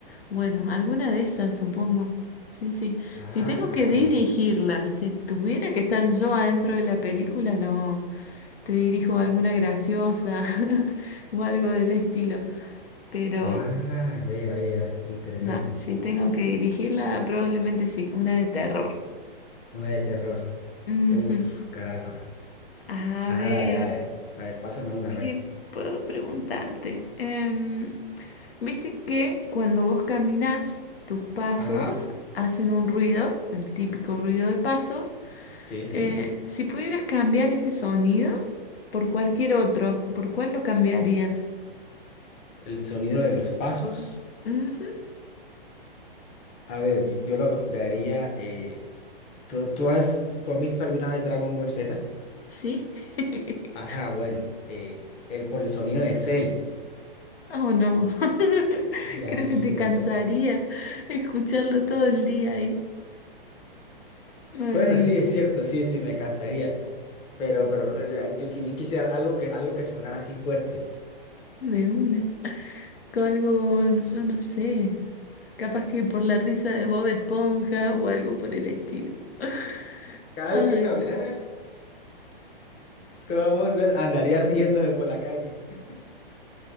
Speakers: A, on the left; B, on the left.
A: Bueno, alguna de esas, supongo. Sí, sí.
B: Ah,
A: Si tengo
B: caramba.
A: que dirigirla, si tuviera que estar yo adentro de la película, no, te dirijo alguna graciosa <laughs> o algo del estilo. Pero
B: Ah, vea, vea. Interesante.
A: No, si tengo que dirigirla, probablemente sí, una de terror.
B: Una de terror.
A: Ujú.
B: Uf, caramba.
A: A
B: Ajá,
A: ver,
B: dale, dale. A ver, pásame una,
A: ¿qué
B: a ver.
A: puedo preguntarte? Em, ¿viste que cuando vos caminás, tus pasos
B: Ajá.
A: hacen un ruido, el típico ruido de pasos?
B: Sí, sí.
A: Eh, si pudieras cambiar ese sonido por cualquier otro, ¿por cuál lo cambiarías?
B: El sonido de los pasos.
A: Ujú,
B: A ver, y- yo lo cambiaría. eh, ¿tú, tú has, tú has visto alguna vez Dragon Ball Z?
A: ¿Sí? <laughs>
B: Ajá, bueno. eh, el, por el sonido de Cell.
A: Oh, no. <laughs>
B: Y así.
A: Creo que te
B: o
A: cansaría
B: el so-
A: escucharlo todo el día ahí. Ay,
B: bueno, sí,
A: no,
B: es cierto, sí, sí, me cansaría. Pero, pero eh, yo, qui- yo quisiera algo que, algo que sonara así fuerte.
A: de una. Con algo, yo no sé, capaz que por la risa de Bob Esponja o algo por el estilo. <laughs>
B: Cada
A: Ay,
B: vez que caminaras,
A: no.
B: todo el mundo andaría riéndose por la calle. <laughs>